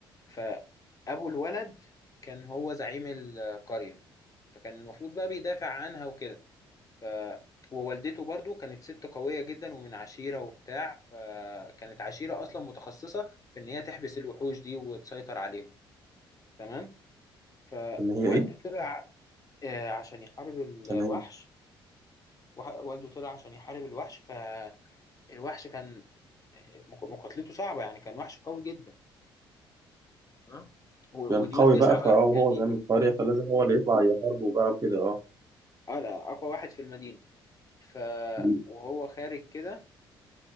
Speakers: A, on the left (about 30°); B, on the right (about 30°).
A: فأبو الولد كان هو زعيم القرية فكان المفروض بقى بيدافع عنها وكده ف ووالدته برضو كانت ست قوية جدا ومن عشيرة وبتاع فكانت عشيرة أصلا متخصصة في إن هي تحبس الوحوش دي وتسيطر عليهم تمام فوالده
B: ان هي ايه
A: طلع آه، عشان يحارب الوحش
B: تمام
A: وح- والده طلع عشان يحارب الوحش فالوحش كان مك- مقاتلته صعبة يعني كان وحش قوي جدا تمام و-
B: يعني
A: وديول
B: القوي
A: تسعة
B: بقى
A: بقى
B: فهو
A: كان
B: هو
A: يجي
B: زعيم القرية فلازم هو اللي يطلع يحاربه بقى وكده اه
A: اه لا أقوى واحد في المدينة ف
B: دي-
A: وهو خارج كده